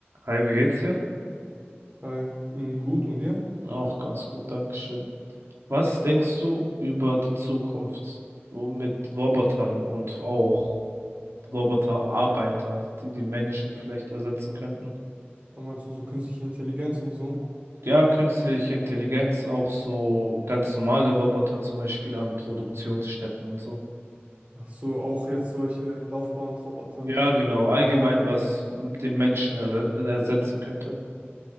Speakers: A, on the right; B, on the right.
A: Hi, wie geht's dir?
B: Äh, m, gut, und dir?
A: Auch ganz gut, Dankeschön. Was denkst du über die Zukunft so mit Robotern und auch Roboterarbeiter, die die Menschen vielleicht ersetzen könnten?
B: Aber meinst du so künstliche Intelligenz und so?
A: Ja, künstliche Intelligenz, auch so ganz normale Roboter, zum Beispiel an Produktionsstätten und so.
B: Ach so, auch jetzt solche Laufbahnroboter.
A: Ja, genau, allgemein,
B: Ja,
A: was den Menschen erse- ersetzen könnte.